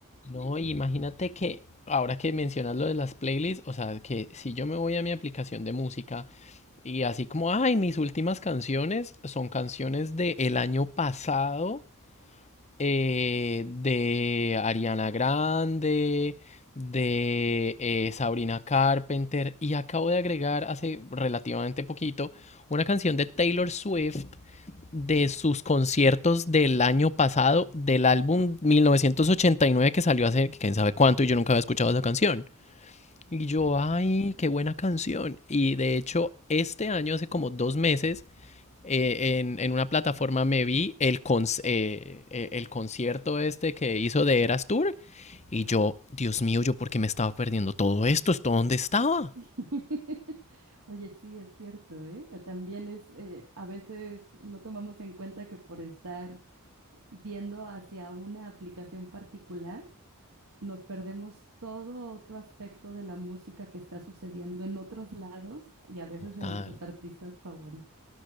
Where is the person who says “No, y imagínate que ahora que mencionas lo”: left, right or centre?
Left